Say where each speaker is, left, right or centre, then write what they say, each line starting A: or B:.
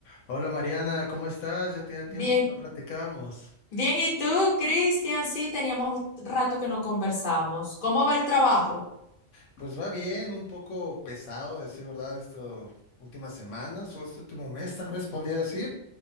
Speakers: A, on the left; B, on the left.
A: Hola Mariana, ¿cómo estás? Ya tenía tiempo
B: Bien,
A: que no platicábamos.
B: bien, ¿y tú, Cristian? Sí, teníamos rato que no conversábamos. ¿Cómo va el trabajo?
A: Pues va bien, un poco pesado, a decir verdad, estas últimas semanas o este último mes, tal vez podría decir,